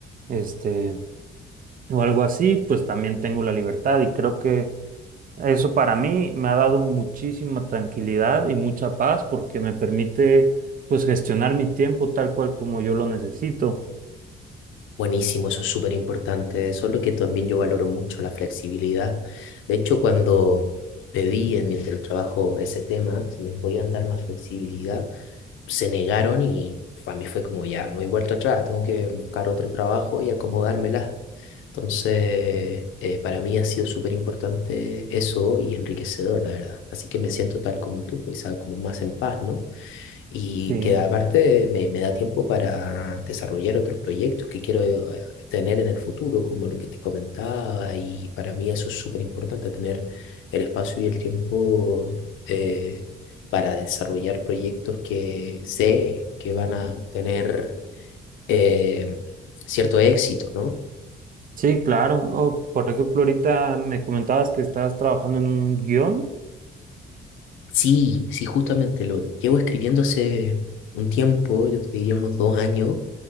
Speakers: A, on the right; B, on the left.
A: este, o algo así, pues también tengo la libertad y creo que eso para mí me ha dado muchísima tranquilidad y mucha paz porque me permite pues gestionar mi tiempo tal cual como yo lo necesito.
B: Buenísimo, eso es súper importante. Eso es lo que también yo valoro mucho, la flexibilidad. De hecho, cuando pedí en mi trabajo ese tema, si me podían dar más flexibilidad, se negaron y para mí fue como ya, no hay vuelta atrás, tengo que buscar otro trabajo y acomodármela. Entonces, eh, para mí ha sido súper importante eso y enriquecedor, la verdad. Así que me siento tal como tú, quizá como más en paz, ¿no? Y
A: Sí,
B: que aparte me, me da tiempo para desarrollar otros proyectos que quiero eh, tener en el futuro, como lo que te comentaba, y para mí eso es súper importante, tener el espacio y el tiempo eh, para desarrollar proyectos que sé que van a tener eh, cierto éxito, ¿no?
A: sí, claro. O, por ejemplo, ahorita me comentabas que estabas trabajando en un guión.
B: Sí, sí, justamente lo llevo escribiendo hace un tiempo, yo te diría unos dos años,